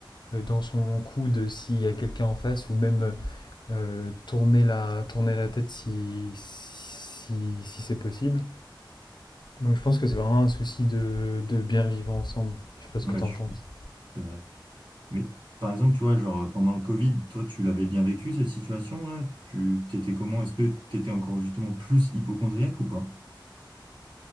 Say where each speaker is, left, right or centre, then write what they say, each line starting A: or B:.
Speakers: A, on the left; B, on the right.
A: euh, dans son coude s'il y a quelqu'un en face ou même euh, tourner, la, tourner la tête si, si, si c'est possible. Donc je pense que c'est vraiment un souci de, de bien vivre ensemble. Je sais pas ce
B: Ouais,
A: que t'en
B: je-
A: penses.
B: c'est vrai. Mais par exemple, tu vois, genre, pendant le Covid, toi, tu l'avais bien vécu, cette situation-là? Tu t'étais comment? Est-ce que t'étais encore justement plus hypocondriaque ou pas?